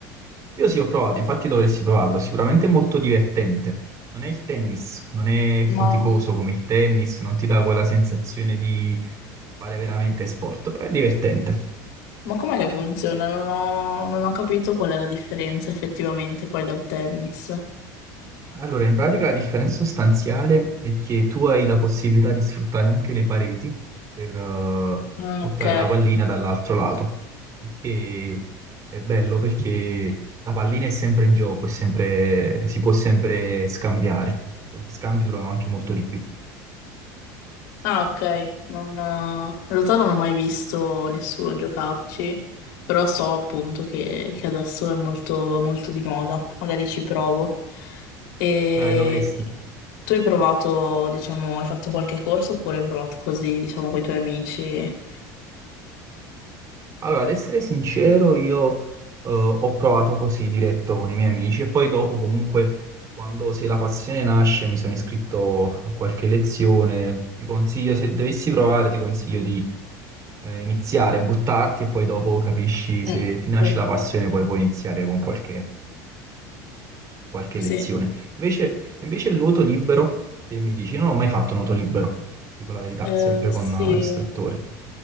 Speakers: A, on the right (about 35°); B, on the left (about 80°).
A: Io sì, ho provato, infatti dovresti provarlo, è sicuramente molto divertente. Non è il tennis, non è faticoso
B: Ma,
A: come il tennis, non ti dà quella sensazione di fare veramente sport, però è divertente.
B: ma com'è che funziona? Non ho, non ho capito qual è la differenza effettivamente poi dal tennis.
A: Allora, in pratica la differenza sostanziale è che tu hai la possibilità di sfruttare anche le pareti per eh,
B: Ah,
A: buttare
B: ok.
A: la pallina dall'altro lato, il che è bello perché la pallina è sempre in gioco, è sempre- si può sempre scambiare. Poi gli scambi durano anche molto di più.
B: Ah, ok. Non, eh, in realtà non ho mai visto nessuno giocarci, però so appunto che, che adesso è molto, molto di moda, magari ci provo. E
A: Dai, dovresti.
B: tu hai provato, diciamo, hai fatto qualche corso oppure hai provato così, diciamo, con i tuoi amici?
A: Allora, ad essere sincero, io eh, ho provato così diretto con i miei amici e poi dopo comunque, quando se la passione nasce, mi sono iscritto a qualche lezione. Ti consiglio, se dovessi provare, ti consiglio di eh, iniziare, buttarti e poi dopo capisci se
B: Mm,
A: ti nasce
B: sì.
A: la passione, poi puoi iniziare con qualche, qualche lezione.
B: Sì.
A: Invece, invece il nuoto libero, che mi dici, non ho mai fatto nuoto libero, dico la verità,
B: Eh,
A: sempre
B: sì.
A: con eh, l'istruttore.